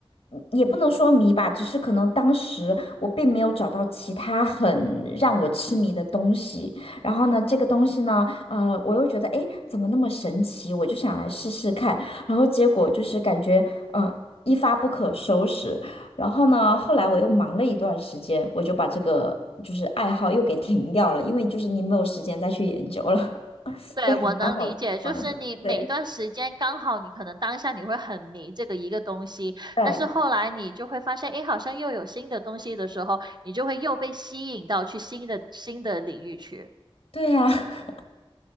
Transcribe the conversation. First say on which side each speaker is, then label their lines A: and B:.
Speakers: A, on the left; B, on the right.
A: 嗯也不能说迷吧，只是可能当时我并没有找到其他很让我痴迷的东西。然后呢，这个东西呢，呃，我又觉得，诶，怎么那么神奇？我就想来试试看。然后结果就是感觉，呃，一发不可收拾。然后呢，后来我又忙了一段时间，我就把这个就是爱好又给停掉了，因为就是你没有时间再去研究了，<laughs>
B: 对，
A: 就还蛮好玩的，
B: 我能理解，就是你每段时间刚好，
A: 对。
B: 你可能当下你会很迷这个一个东西，
A: 对。
B: 但是后来你就会发现，诶，好像又有新的东西的时候，你就会又被吸引到去新的新的领域去。
A: 对呀，<laughs>